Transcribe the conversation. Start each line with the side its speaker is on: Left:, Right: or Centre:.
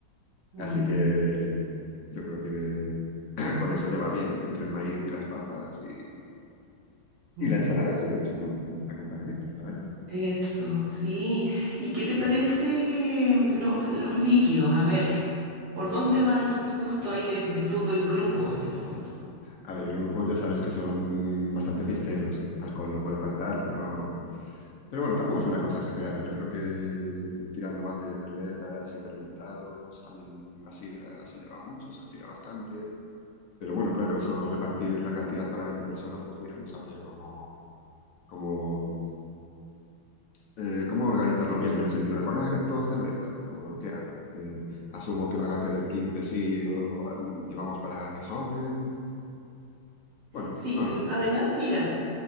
Right: mm,
Left: Así que yo creo que <clears throat> con eso ya va bien, entre el maíz y las papas y,
Right: mm.
Left: y la ensalada, yo creo que es un buen acompañamiento, la verdad.
Right: Eso, sí. ¿Y qué te parece mm, los, los líquidos? A ver, ¿por dónde
Left: Mm.
Right: va el gusto ahí de, de todo el grupo en el fondo?
Left: A ver, el grupo ya sabes que son bastante fiesteros, alcohol no puede faltar, pero, pero bueno, tampoco es una cosa exagerada. Yo creo que tirando más de cervezas y fermentados, también la sidra se lleva mucho, se estira bastante. Pero bueno, claro, eso repartir la cantidad para 20 personas, pues mira, no sabría cómo, cómo, eh, cómo organizarlo bien en el sentido de, ¿van a querer todos cerveza? ¿O qué hago? Eh, asumo que van a querer 15 sí, o al- llevamos para que sobren. Bueno,
Right: Sí,
Left: no
Right: pero
Left: lo sé.
Right: además, mira,